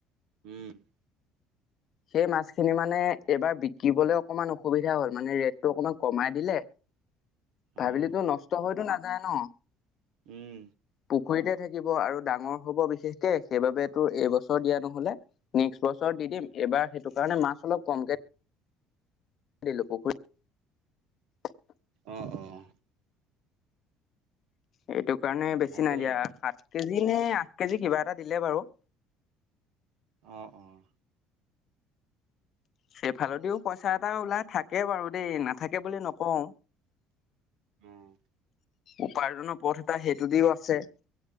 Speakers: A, on the right; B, on the left.
A: উম
B: সেই মাছখিনি মানে এইবাৰ বিকিবলৈ অকণমান অসুবিধা হল মানে ৰেটটো অকমান কমাই দিলে ভাবিলো
A: অ',
B: নষ্ট হৈতো নাযায় ন।
A: উম,
B: পুখুৰীতে থাকিব আৰু ডাঙৰ হ'ব বিশেষকে সেইবাবে তোৰ এইবছৰ দিয়া নহলে নেক্সট বছৰ দি দিম এইবাৰ সেইটো কাৰণে মাছ অলপ কমকে দিলো পুখুৰী <inaudible>
A: অঁ অঁ।
B: এইটো কাৰণে বেছি
A: ভাল
B: নাই
A: কৰিলি
B: দিয়া,
A: বাৰু
B: সাত কে জি নে আঠ কেজি কিবা এটা দিলে বাৰু।
A: অঁ অঁ।
B: সেইফালদিও পইচা এটা ওলাই থাকে। থাকে বাৰু দেই নাথাকে বুলি নকওঁ।
A: উম,
B: উপাৰ্জনৰ পথ এটা সেইটো দিও আছে।